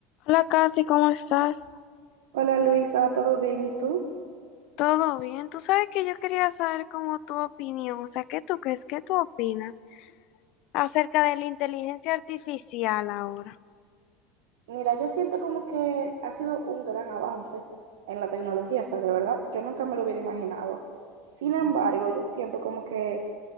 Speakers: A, on the left; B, on the right.
A: Hola Katy, ¿cómo estás?
B: Hola Luisa, ¿todo bien? ¿Y tú?
A: ¿Todo bien? Tú sabes que yo quería saber cómo tu opinión, o sea, ¿qué tú crees, qué tú opinas acerca de la inteligencia artificial ahora?
B: Mira, yo siento como que ha sido un gran avance en la tecnología, o sea, de verdad, yo nunca me lo hubiera imaginado. Sin embargo, yo siento como que